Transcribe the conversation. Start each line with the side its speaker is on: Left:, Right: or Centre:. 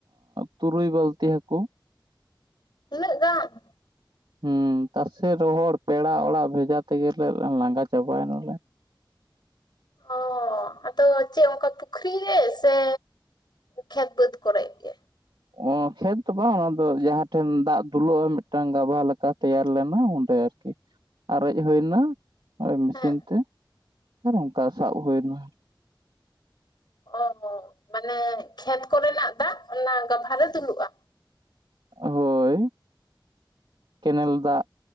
Right: ᱛᱩᱨᱩᱭ ᱵᱟᱹᱞᱛᱤ ᱦᱟᱹᱠᱩ
Left: ᱩᱱᱟᱹᱜ ᱜᱟᱱ
Right: ᱦᱮᱸ ᱛᱟᱥᱮ ᱨᱚᱦᱚᱲ ᱯᱮᱲᱟ ᱚᱲᱟᱜ ᱵᱷᱮᱡᱟ ᱛᱮᱜᱮᱞᱮ ᱞᱟᱸᱜᱟ ᱪᱟᱵᱟᱭᱮᱱᱟ ᱞᱮ᱾
Left: ᱚ ᱟᱫᱚ ᱪᱮᱫ ᱚᱱᱠᱟ ᱯᱩᱠᱷᱚᱨᱤ ᱨᱮ ᱥᱮ ᱯᱨᱠᱷᱛ ᱵᱟᱹᱫ ᱠᱚᱨᱮ ᱜᱮ᱾
Right: ᱚ ᱠᱷᱮᱛ ᱫᱚ ᱵᱟᱝ ᱚᱱᱟ ᱫᱚ ᱡᱟᱦᱟᱸ ᱴᱷᱮᱱ ᱫᱟᱜ ᱫᱩᱞᱩᱜᱼᱟ ᱢᱤᱫᱴᱟᱝ ᱜᱟᱵᱷᱟ ᱞᱮᱠᱟ᱾ ᱫᱟᱠᱟ ᱛᱮᱭᱟᱨ ᱞᱮᱱᱟ ᱚᱸᱰᱮ ᱟᱨᱠᱤ ᱟᱨᱮᱡ ᱦᱩᱭᱱᱟ ᱳ ᱢᱮᱥᱤᱱ
Left: ᱦᱮᱸ
Right: ᱛᱮ ᱟᱨ ᱚᱱᱠᱟ ᱥᱟᱵ ᱦᱩᱭ ᱮᱱᱟ᱾
Left: ᱚ ᱢᱟᱱᱮ ᱠᱷᱮᱛ ᱠᱚᱨᱮᱱᱟᱜ ᱫᱟᱜ ᱚᱱᱟ ᱜᱟᱵᱷᱟᱨ ᱨᱮ ᱫᱩᱞᱩᱜᱼᱟ᱾
Right: ᱦᱳᱭ ᱠᱮᱱᱮᱞ ᱫᱟᱜ